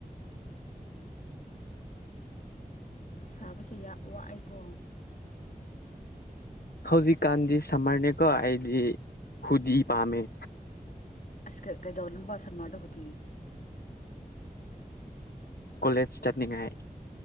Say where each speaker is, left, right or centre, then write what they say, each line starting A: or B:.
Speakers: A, on the left; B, on the left.
A: ꯁꯥꯕꯁꯦ ꯌꯥꯝ ꯋꯥꯑꯦꯀꯣ
B: ꯍꯧꯖꯤꯛꯀꯥꯟꯗꯤ ꯁꯝꯃꯔꯅꯦꯀꯣ ꯑꯩꯗꯤ ꯍꯨꯗꯤ ꯄꯥꯝꯃꯦ
A: ꯑꯁ ꯀ ꯀꯩꯗꯧꯔꯤꯃꯥ ꯁꯥꯃꯥꯔꯗꯣ ꯍꯨꯨꯖꯤ
B: ꯀꯣꯂꯦꯖ ꯆꯠꯅꯤꯡ ꯉꯥꯏ